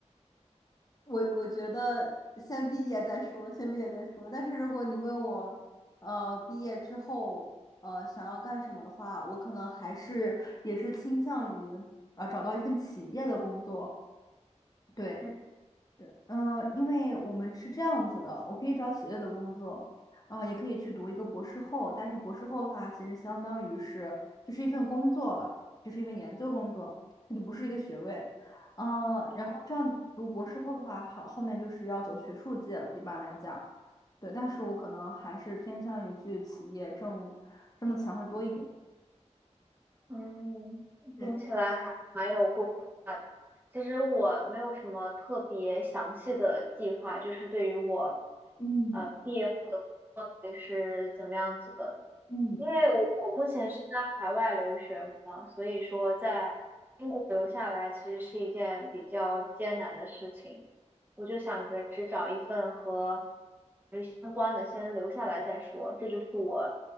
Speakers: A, on the left; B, on the right.
A: 我我觉得先毕业再说，先毕业再说。但是如果你问我，呃，毕业之后，呃，想要干什么的话，我可能还是也是倾向于啊、找到一份企业的工作。对。
B: 嗯
A: 对，嗯、因为我们是这样子的，我可以找企业的工作，啊、也可以去读一个博士后，但是博士后的话，其实相当于是就是一份工作了，就是一份研究工作，它就不是一个学位，嗯、
B: 嗯
A: 然后这样读博士后的话，好，后面就是要走学术界了，一般来讲，对，但是我可能还是偏向于去企业挣挣的钱会多一点，
B: 嗯听起来还蛮有过
A: 对，
B: 其实我没有什么特别详细的计划，就是对于我
A: 嗯
B: 呃毕业后的会是怎么样子的。
A: 嗯。
B: 因为我我目前是在海外留学嘛，所以说在英国留下来其实是一件比较艰难的事情。我就想着只找一份和相关的先留下来再说。这就是我